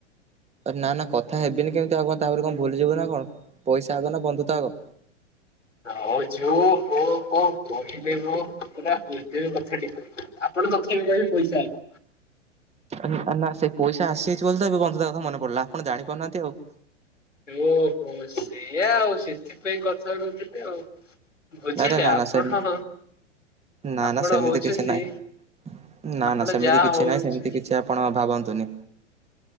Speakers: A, on the right; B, on the left.
A: ନା ନା କଥା ହେବିନି କେମିତି ଆଉ କଣ ତାପରେ କଣ ଭୁଲିଯିବୁ ନା କଣ ପଇସା ଆଗ ନା ବନ୍ଧୁତା ଆଗ।
B: <unintelligible> ପୁରା ହୃଦୟ କଥାଟି କହିଲେ। ଆପଣ <unintelligible> ପଇସା
A: ନା ନା ସେଇ ପଇସା ଆସିଯାଇଛି ବୋଲି ତ ଏବେ ବନ୍ଧୁତା କଥା ମନ ପଡ଼ିଲା ଆପଣ ଜାଣିପାରୁନାହାନ୍ତି ଆଉ।
B: ଓହୋ ସେଇଆ ଆଉ ସେଥିପାଇଁ କଥା <unintelligible> ଆଉ ବୁଝିଲେ
A: ଆରେ ନା
B: ଆପଣ
A: ନା ସେମିତି ନା
B: ଆପଣ
A: ନା ସେମିତି
B: ହଉଛନ୍ତି
A: କିଛି ନାହିଁ ନା
B: ଆପଣ
A: ନା ସେମିତି
B: ଯାହା
A: କିଛି
B: ହଉଛନ୍ତି
A: ନାହିଁ ସେମିତି କିଛି ସେ ଆପଣ ଭାବନ୍ତୁନି।